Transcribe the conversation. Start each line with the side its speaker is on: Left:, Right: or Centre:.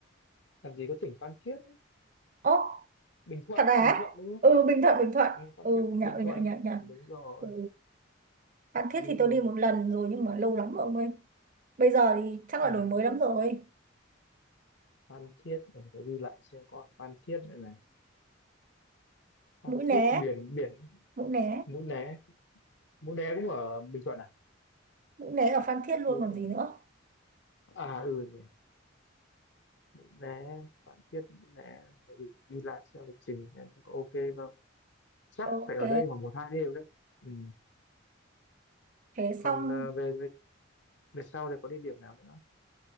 Left: làm gì có tỉnh Phan Thiết
Right: ố
Left: Bình Thuận
Right: thật à
Left: Bình Thuận đúng không
Right: ừ Bình Thuận Bình Thuận
Left: ừ, Phan
Right: ừ
Left: Thiết
Right: nhở
Left: Bình
Right: ừ
Left: Thuận
Right: nhở nhở nhở
Left: đúng rồi
Right: ừ. Phan
Left: đúng
Right: Thiết thì tôi
Left: rồi
Right: đi một lần rồi nhưng mà lâu lắm rồi ông ơi bây giờ thì chắc
Left: ừ.
Right: là đổi mới lắm rồi
Left: Phan Thiết ở phải ghi lại xem có ở Phan Thiết nữa này Phan
Right: mũi
Left: Thiết
Right: né
Left: biển biển
Right: mũi né
Left: Mũi Né Mũi Né cũng ở Bình Thuận à
Right: mũi né ở Phan Thiết luôn
Left: đúng
Right: còn
Left: rồi
Right: gì nữa
Left: à ừ nhỉ Mũi Né Phan Thiết Mũi Né phải ghi ghi lại xem lịch trình em có ok không chắc
Right: ok
Left: phải ở đây khoảng một hai đêm đấy ừ.
Right: thế
Left: còn
Right: xong
Left: ờ, về về sau thì có địa điểm nào nữa